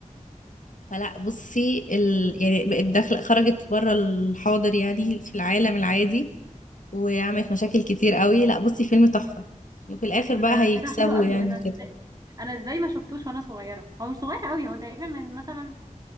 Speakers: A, on the left; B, on the right.
A: فلا بصي ال... يعني بقت داخله خرجت بره الحاضر يعني في العالم العادي وعملت مشاكل كتير قوي لا بصي فيلم تحفه وفي الاخر
B: بس
A: بقى
B: ده
A: هيكسبوا
B: كده حلو قوي
A: يعني
B: انا تصدق
A: كده
B: انا ازاي ما شفتوش وانا صغيره هو مش صغير قوي هو تقريبا من مثلا